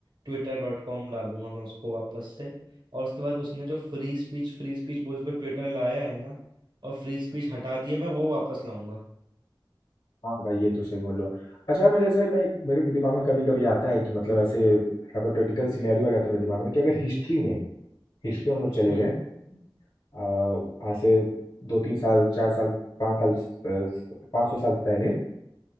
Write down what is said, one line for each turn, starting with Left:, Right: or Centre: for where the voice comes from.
Right: ट्विटर डॉट कॉम डालूंगा मैं उसको वापस से और उसके बाद उसने जो फ्री स्पीच फ्री स्पीच बोल के ट्विटर लाया है ना और फ्री स्पीच हटा दिए मैं वो वापस लाऊंगा
Left: हाँ भाई ये तो सही बोल रहे हो अच्छा मैं जैसे मैं मेरे दिमाग में कभी कभी आता है कि मतलब ऐसे हाइपोथेटिकल सिनेरियो आ जाता है मेरे दिमाग में कि अगर हिस्ट्री में हिस्ट्री हम लोग चले
Right: हम्म
Left: गए अ, आज से दो तीन साल चार साल पाँच साल पाँच सौ साल पहले